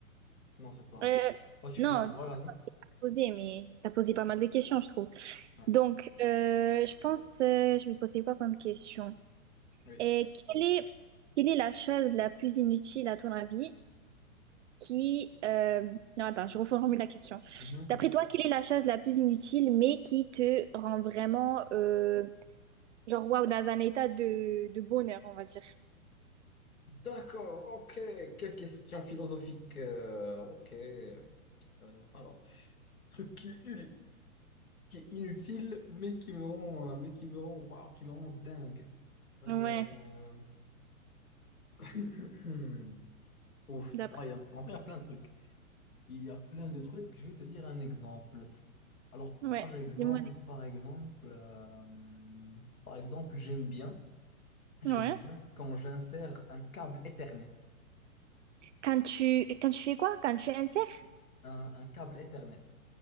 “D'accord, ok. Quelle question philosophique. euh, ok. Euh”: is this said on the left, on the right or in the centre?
Left